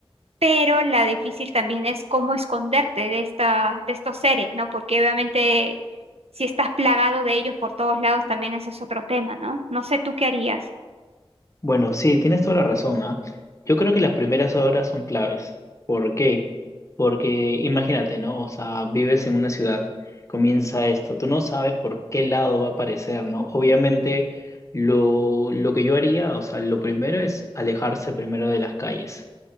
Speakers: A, on the right; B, on the left.
A: pero la difícil también es cómo esconderte de esta, de estos seres, ¿no? Porque obviamente si estás plagado de ellos por todos lados, también ese es otro tema, ¿no? No sé tú qué harías.
B: Bueno, sí, tienes toda la razón, ¿ah? Yo creo que las primeras horas son claves. ¿Por qué? Porque imagínate, ¿no? O sea, vives en una ciudad, comienza esto, tú no sabes por qué lado va a aparecer, ¿no? Obviamente, lo, lo que yo haría, o sea, lo primero es alejarse primero de las calles